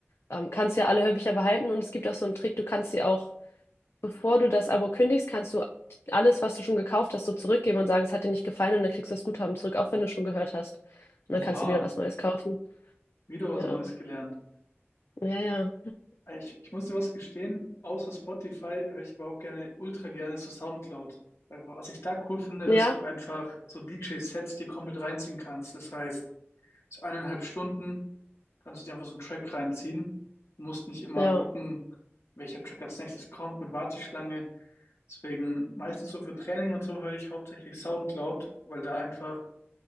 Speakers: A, on the left; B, on the left.
A: ähm, kannst du ja alle Hörbücher behalten und es gibt auch so einen Trick, du kannst sie auch Bevor du das Abo kündigst, kannst du alles, was du schon gekauft hast, so zurückgeben und sagen, es hat dir nicht gefallen und dann kriegst du das Guthaben zurück, auch wenn du schon gehört hast. Und dann
B: Oha,
A: kannst du wieder was Neues kaufen.
B: wieder was
A: Ja,
B: Neues gelernt.
A: ja, ja.
B: Ich, ich muss dir was gestehen, außer Spotify höre ich aber auch gerne, ultra gerne so Soundcloud. Weil was ich da cool finde, dass
A: Ja,
B: du einfach so DJ-Sets dir komplett reinziehen kannst. Das heißt, so eineinhalb Stunden kannst du dir einfach so einen Track reinziehen. Du musst nicht immer
A: ja,
B: gucken, welcher Track als nächstes kommt mit Warteschlange. Deswegen meistens so für Training und so höre ich hauptsächlich Soundcloud, weil da einfach